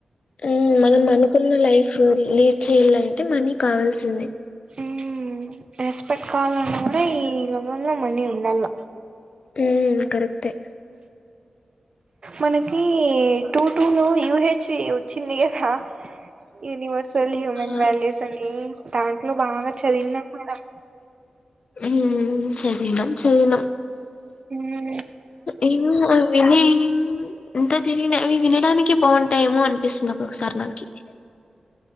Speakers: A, on the left (about 55°); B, on the right (about 50°).
A: ఆ మనం అనుకున్న లైఫ్ లీడ్ చేయాలంటే మనీ కావాల్సిందే
B: మ్మ్ రెస్పెక్ కావాలన్న కూడా ఈ ఇ లోగంలో మనీ ఉండల
A: హ్మ్ కరెక్టే
B: మనకి టూ టూలో యూహెచ్ వచ్చింది కదా యూనివర్సల్ హ్యూమన్
A: ఆ
B: వాల్యూస్ అని దాంట్లో బాగా చదివినాం మేడం
A: మ్మ్ చదివిన చదివిన
B: ఆ
A: ఏమో అవి విని ఇంకా తిరిగి వినడానికి బాగుంటాయేమో అనిపిస్తుంది ఒకొసారి నాకి ఇది